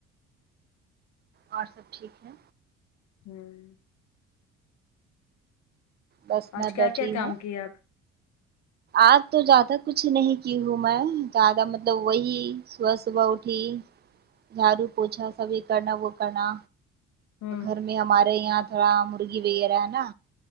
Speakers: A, on the right; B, on the left.
A: اور سب ٹھیک ہے
B: ہوں
A: بس
B: آج
A: میں
B: کیا
A: بیٹھی
B: کیا کام
A: ہوں
B: کیے آپ
A: آج تو زیادہ کچھ نہیں کی ہوں میں زیادہ مطلب وہی صبح صبح اٹھی جھاڑو پوچھا سبھی کرنا وہ کرنا
B: ہ
A: گھر میں ہمارے یہاں تھوڑا مرغی وغیرہ ہے نا